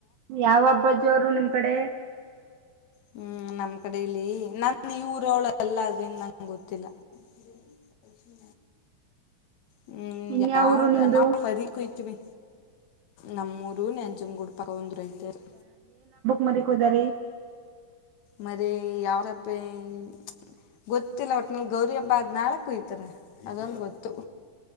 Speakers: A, on the right; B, on the left.
A: ಯಾವ ಹಬ್ಬ ಜೋರು ನಿಮ್ ಕಡೆ
B: ಹ್ಮ್ ನಮ್ ಕಡೆ ಇಲ್ಲಿ ನನ್ ಈ ಊರ ಅವಳ ಎಲ್ಲ ಅದನ್ ನಂಗೆ ಗೊತ್ತಿಲ್ಲ ಇ ದಕ್ಷಿನ ಹ್ಮ್
A: ಇನ್ಯಾವ
B: ಯಾವ್ದ
A: ಊರು ನಿಮ್ದು
B: ನಾ ಮರಿ ಕೊಯ್ತಿವಿ ನಮ್ಮೂರು ನೆಂಜನಗೂಡ್ ನಾವುನು ಒಂದು ರೈತರಿ
A: ಮರಿ ಕೋದ ರೀ
B: ಮರಿ ಯಾವಾದಪ್ಪಿ <inaudible> ಗೊತ್ತಿಲ್ಲ ಒಟ್ನಲ್ಲಿ ಗೌರಿ ಹಬ್ಬ ಆದ್ ನಾಳೆ ಕೊಯ್ತಾರ ಅದೊಂದು ಗೊತ್ತು